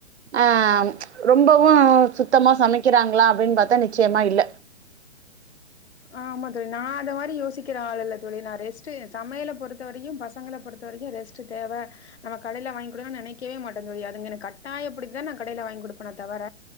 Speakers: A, on the right; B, on the left.
A: அ ரொம்பவு சுத்தமா சமைக்கிறாங்ளா அப்டின் பாத்தா நிச்சயமா இல்ல
B: ஆமா தோழி நா அந்த மாரி யோசிக்கிற ஆள் இல்ல தோழி நா ரெஸ்ட்டு சமையல பொறுத்த வரைக்கு பசங்கள பொறுத்த வரைக்கு ரெஸ் ட்டு தேவ நம்ம கடைல வாங்கி குடுக்கலான் நெனைக்கவே மாட்டே தோழி அதுங்க என்ன கட்டாயப்படுத்தி தா நா கடைல வாய்ங் குடுப்பனோ தவர